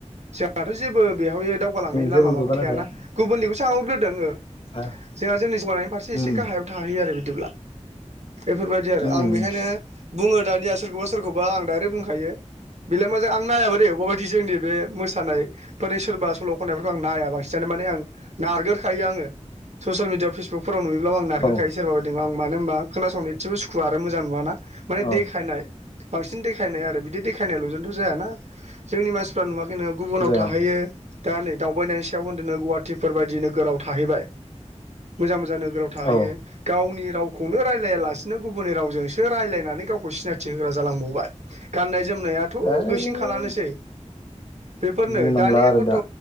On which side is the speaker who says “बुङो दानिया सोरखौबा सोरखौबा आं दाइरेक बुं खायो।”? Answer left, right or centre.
Right